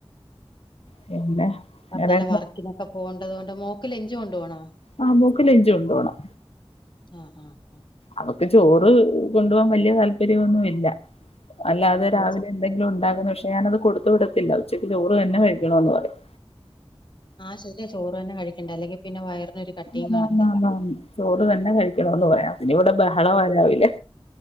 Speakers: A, on the left (about 80°); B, on the left (about 50°).
A: പിന്നെ
B: പറഞ്ഞല്ലോ
A: വേറെ
B: വർക്കിനൊക്കെ പോണ്ടത് കൊണ്ട് മോക്ക് ലെഞ്ച് കൊണ്ട്‌വോണാ?
A: ആഹ് മോക്ക് ലഞ്ച് കൊണ്ടോണം
B: ആ ആ ആ
A: അവക്ക് ചോറ് കൊണ്ടോവാൻ വല്ല്യ താല്പര്യമൊന്നുമില്ല അല്ലാതെ
B: അത്
A: രാവിലെ
B: ശരി
A: എന്തെങ്കിലും ഉണ്ടാകുന്നെ പക്ഷേ ഞാനത് കൊടുത്ത് വിടത്തില്ല ഉച്ചക്ക് ചോറ്തന്നെ കഴിക്കണംന്ന് പറയും.
B: ആഹ് ശെരിയ ചോറ് തന്നെ കഴിക്കണ്ടെ അല്ലെങ്കിപിന്നെ വയറിനൊരു കട്ടിയും
A: ന്നാന്നാന്നാന്ന്
B: കാണത്തില്ല
A: ചോറ് തന്നെ കഴിക്കണംന്ന് പറയും അതിനിവിടെ ബഹളവാരാവിലെ